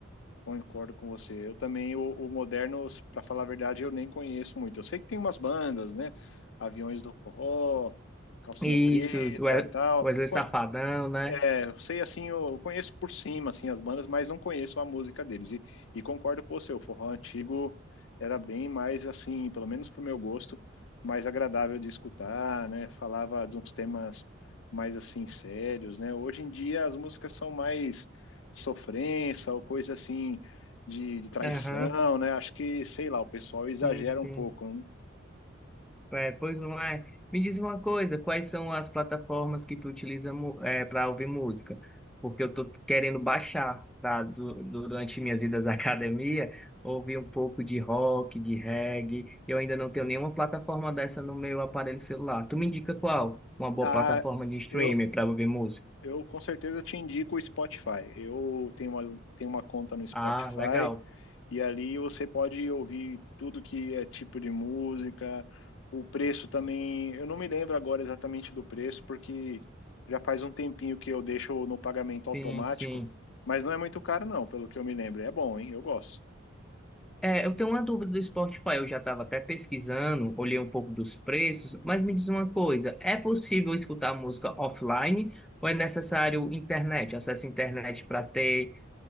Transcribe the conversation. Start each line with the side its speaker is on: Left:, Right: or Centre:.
Left: concordo com você. Eu também, o, o moderno, para falar a verdade, eu nem conheço muito. Eu sei que tem umas bandas, né? Aviões do Forró, Calcinha
Centre: Isso,
Left: Preta, tal,
Centre: o Wesley Safadão, né?
Left: É, eu sei assim, eu conheço por cima assim as bandas, mas não conheço a música deles. E, e concordo com você, o forró antigo era bem mais assim, pelo menos pro meu gosto, mais agradável de escutar, né? Falava de uns temas mais assim sérios, né? Hoje em dia as músicas são mais sofrência ou coisa assim de, de traição,
Centre: Aham,
Left: né? Acho que, sei lá, o pessoal exagera
Centre: sim,
Left: um
Centre: sim.
Left: pouco, né?
Centre: É, pois não é. Me diz uma coisa, quais são as plataformas que tu utiliza para ouvir música? Porque eu tô querendo baixar tá? Du- durante minhas idas à <laughs> academia, ouvir um pouco de rock, de reggae. Eu ainda não tenho nenhuma plataforma dessa no meu aparelho celular. Tu me indica qual? Uma boa
Left: Ah,
Centre: plataforma de streaming
Left: eu,
Centre: para ouvir música?
Left: Eu com certeza te indico o Spotify. Eu tenho uma, tenho uma conta no Spotify
Centre: Ah, legal.
Left: e ali você pode ouvir tudo que é tipo de música. O preço também, eu não me lembro agora exatamente do preço, porque já faz um tempinho que eu deixo no pagamento automático,
Centre: Sim, sim.
Left: mas não é muito caro, não, pelo que eu me lembro. É bom, hein? Eu gosto.
Centre: É, eu tenho uma dúvida do Spotify. Eu já estava até pesquisando, olhei um pouco dos preços, mas me diz uma coisa: é possível escutar música offline ou é necessário internet, acesso à internet para ter,